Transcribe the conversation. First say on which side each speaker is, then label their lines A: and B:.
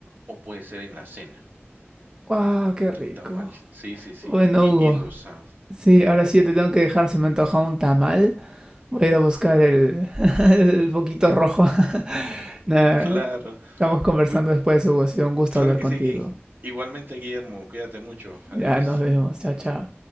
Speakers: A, on the right; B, on the right.
A: o puede ser en la cena
B: wow,
A: para comerte
B: qué rico.
A: un tamal. Sí, sí, sí.
B: Bueno,
A: Y,
B: Hugo,
A: y los sábados.
B: sí, ahora sí yo te tengo que dejar, se me ha antojado un tamal. Voy a ir a buscar el, <laughs> el poquito rojo. <laughs> Nada,
A: Claro,
B: estamos conversando
A: muy
B: después, Hugo, ha sido un gusto
A: claro
B: hablar
A: que
B: contigo.
A: sí, Gui. Igualmente, Guillermo, cuídate mucho. Adiós.
B: Ya nos vemos, chao, chao.